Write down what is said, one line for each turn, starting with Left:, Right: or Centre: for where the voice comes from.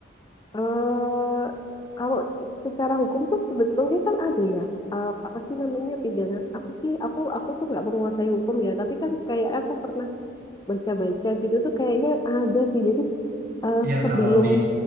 Left: eh kalau secara hukum tuh sebetulnya kan ada ya eh, apa sih namanya pidana apa sih aku aku tuh nggak menguasai hukum ya tapi kan kayak aku pernah baca-baca gitu tuh kayaknya ada sih jadi eh,
Right: Iya,
Left: sebelum
Right: kalau di